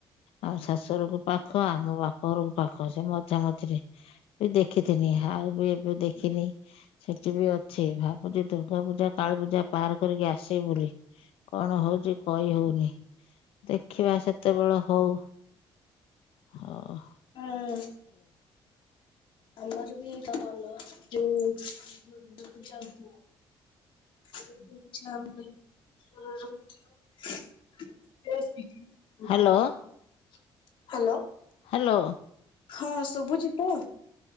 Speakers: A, on the left; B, on the left.
A: ଆମ ଶାଶୁଘରକୁ ପାଖ ଆମ ବାପା ଘରକୁ ପାଖ ସେ ମଝା ମଝିରେ ବି ଦେଖିଥିନି ଆଉ ବି ଏବେ ଦେଖିନି? ସେଠି ବି ଅଛି ଭାବୁଛି ଦୁର୍ଗା ପୂଜା କାଳୀ ପୂଜା ପାର କରିକି ଆଶିବି ବୋଲି। କଣ ହଉଛି କହି ହଉନି ଦେଖିବା ସେତେବେଳ ହଉ ହଁ।
B: ହୁଁ। ଆମର ବି ତ ଭଲ ଯୋଉ ଦୁର୍ଗା ପୂଜା ହୁ <unintelligible> ହ୍ୟାଲୋ
A: ହ୍ୟାଲୋ ହ୍ୟାଲୋ
B: ହଁ ଶୁଭୁଚି? ତ